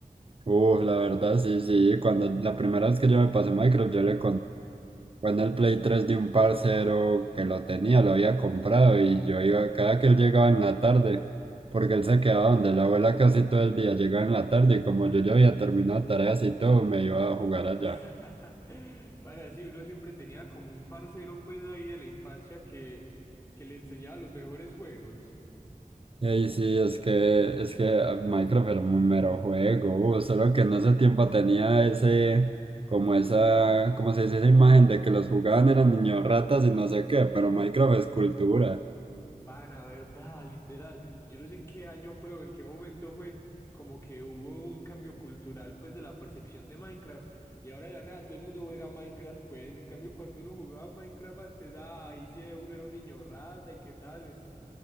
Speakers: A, on the right (about 40°); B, on the left (about 20°).
A: Uf, la verdad, sí, sí, cuando la primera vez que yo me pasé Minecraft, yo le conté, fue en el Play 3 de un parcero que lo tenía, lo había comprado y yo iba, cada que él llegaba en la tarde, porque él se quedaba donde la abuela casi todo el día, llegaba en la tarde y como yo ya había terminado tareas y todo, me iba a jugar allá.
B: <laughs> Para, sí, uno siempre tenía como un parcero pues ahí de la infancia que, que le enseñaba los mejores juegos.
A: Ey, sí, es que, es que ah, Minecraft era un mero juego, uh, solo que en ese tiempo tenía ese, como esa, como se dice, esa imagen de que los jugaban eran niños ratas y no sé qué, pero Minecraft es cultura.
B: Para, verdad, literal. Yo no sé en qué año fue o en qué momento fue como que hubo un cambio cultural pues de la percepción de Minecraft. Y ahora de la nada todo el mundo juega Minecraft pues. En cambio cuando uno jugaba Minecraft antes, ah, ahí sí uno era un niño rata y qué tales.